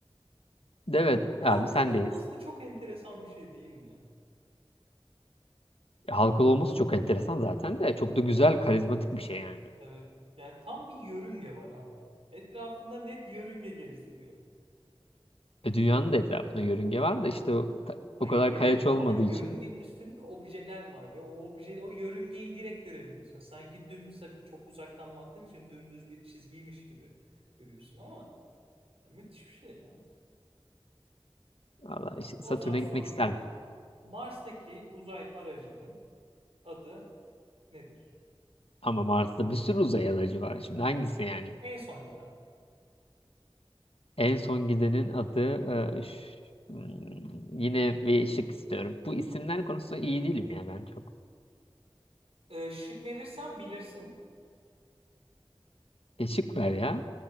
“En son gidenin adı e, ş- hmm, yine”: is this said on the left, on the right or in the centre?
Left